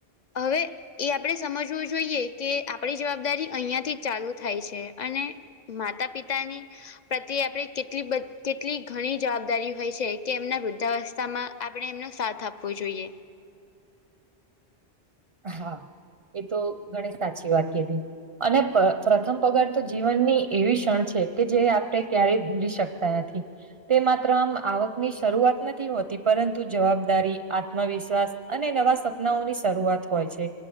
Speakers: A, on the left; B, on the right.
A: હવે એ આપણે સમજવું જોઈએ કે આપણી જવાબદારી અહીંયાથી જ ચાલુ થાય છે અને માતા પિતા ની પ્રત્યે આપણે કેટલી કેટલી ઘણી જવાબદારી હોય છે કે એમના વૃદ્ધાસ માં એમનો સાથ આપવો જોઈએ.
B: હા એ તો ગણેશ સાચી વાત કીધી અને પ્રથમ પગાર તો જીવનની એવી ક્ષણ છે કે જે આપણે ક્યારેય ભૂલી શકતા નથી. તે માત્ર આમ આવકની શરૂઆત નથી હોતી પરંતુ જવાબદારી આત્મવિશ્વાસ અને નવા સપનાઓની શરૂઆત હોય છે.